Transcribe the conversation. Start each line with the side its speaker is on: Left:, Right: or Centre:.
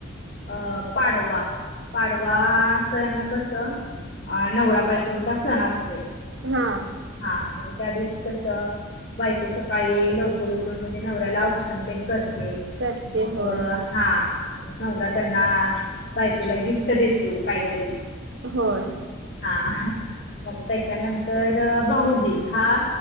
Left: अं पाडवा पाडवा असन कस अ नवरा बायकोंचा सण असतोय
Right: हा
Left: हा म्हणजे त्या दिवशी तस बायको सकाळी लवकर उठते म्हणजे नवऱ्याला औपशन तेन करते
Right: करते
Left: मग
Right: होय.
Left: हा <unintelligible> मग नवरा त्यांना बायकोला गिफ्ट देतो काहीतरी
Right: होय
Left: हा मग त्याच्यानंत तर भाऊबीज हा